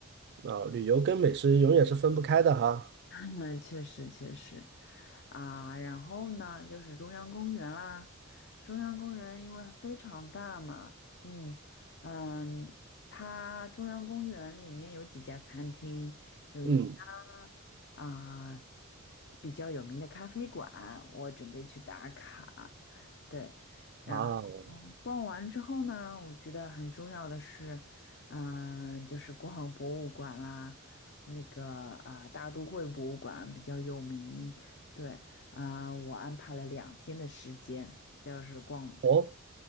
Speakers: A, on the right; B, on the left.
A: 啊，旅游跟美食永远是分不开的哈。
B: 嗯，确实确实，啊，然后呢，就是中央公园啦。中央公园因为非常大嘛，嗯嗯，它中央公园里面有几家餐厅，有一家
A: 嗯，
B: 啊、比较有名的咖啡馆，我准备去打卡。对，然后
A: 啊，
B: 逛完之后呢，我觉得很重要的是，嗯、就是逛博物馆啦。那个啊、大都会博物馆比较有名。对啊、我安排了两天的时间，就是逛，
A: 哦。